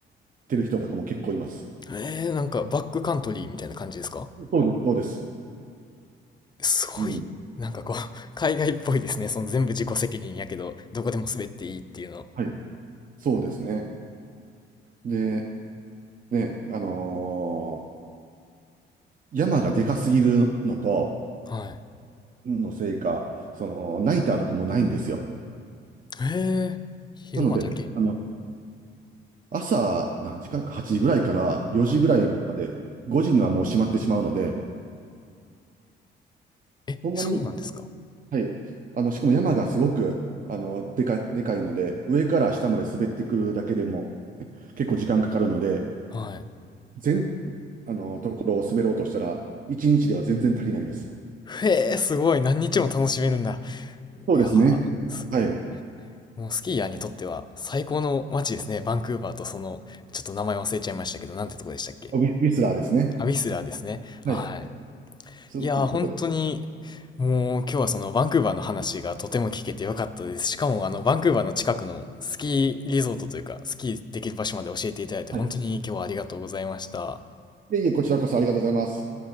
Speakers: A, on the right; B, on the left.
A: てる人とかも結構います。
B: えー、なんかバックカントリーみたいな感じですか
A: そうです。そうです。
B: すごい。
A: うん。
B: なんかこう、<laughs> 海外っぽいですね。その全部自己責任やけど、どこでも滑っていいっていうの。
A: はい。そうですね。で、ね、あのー山がでかすぎるのと、
B: はい。
A: のせいか、その、ナイターとかもないんですよ。
B: へえ、昼間だけ。
A: なので、あの、朝、何時間か、8時ぐらいから4時ぐらいまで、
B: はい。
A: 5時にはもう閉まってしまうので、
B: え、
A: そんなに、
B: そうなんですか
A: はい。あの、しかも山がすごく、あの、でか、でかいので、上から下まで滑ってくるだけでも結構時間かかるので、
B: はい。
A: 全、あの、ところを滑ろうとしたら、1日では全然足りないです。
B: へえ、すごい。何日も楽しめるんだ。
A: そうですね。
B: いやー、すごい。
A: はい。ウ
B: もうスキーヤーにとっては最高の街ですね。バンクーバーとその、ちょっと名前忘れちゃいましたけど、なんてとこでしたっけ
A: ィウィスラーですね。
B: アビスラーですね。
A: はい。
B: はい。
A: すごくいいとこで。
B: いやー、本当に、もう今日はそのバンクーバーの話がとても聞けてよかったです。しかもあのバンクーバーの近くのスキーリゾートというか、スキーできる場所まで教えていただいて本当に今日はありがとうございました。
A: はい。いえいえ、こちらこそありがとうございます。